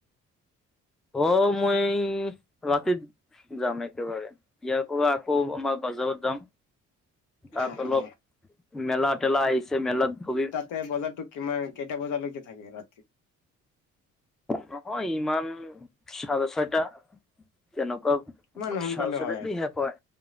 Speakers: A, in the centre; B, on the left.
A: অ' মই ৰাতি যাম একেবাৰে, ইয়াৰ পৰা আকৌ আমাৰ বাজাৰত যাম। তাত
B: অ
A: অলপ,
B: অ
A: মেলা তেলা আহিছে মেলাত ঘুৰিম।
B: তে বজাৰতো কিমান, কেইটা বজালৈকে থাকে ৰাতি?
A: নহয় ইমান চাৰে ছয়টা, তেনেকুৱা
B: ইমান সোনকালে
A: চাৰেচটা
B: হয়
A: শেষ হয়,